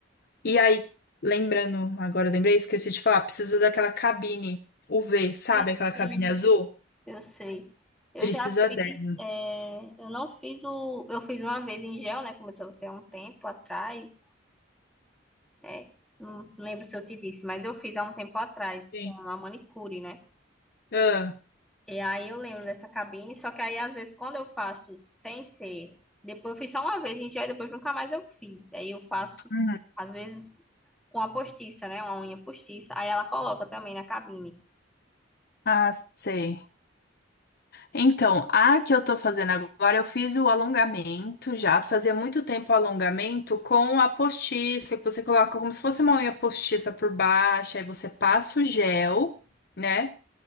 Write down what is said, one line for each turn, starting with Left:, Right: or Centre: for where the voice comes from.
Left: E aí, lembrando, agora eu lembrei, esqueci de falar, precisa daquela cabine UV, sabe?
Centre: Sim,
Left: Aquela
Centre: sim.
Left: cabine azul?
Centre: Eu sei. Eu
Left: Precisa
Centre: já fiz,
Left: dela.
Centre: é, eu não fiz o, eu fiz uma vez em gel, né, como eu disse a você, há um tempo atrás, né, não lembro se eu te disse, mas eu fiz há um tempo atrás
Left: Sim.
Centre: com a manicure, né,
Left: Ah,
Centre: e aí eu lembro dessa cabine, só que aí às vezes quando eu faço sem ser, depois eu fiz só uma vez em gel e depois nunca mais eu fiz, aí eu faço,
Left: Uhum.
Centre: às vezes, com a postiça, né, uma unha postiça, aí ela coloca também na cabine.
Left: ah, sei. Então, a que eu tô fazendo agora, eu fiz o alongamento já. Fazia muito tempo o alongamento com a postiça, que você coloca como se fosse uma unha postiça por baixo, aí você passa o gel, né?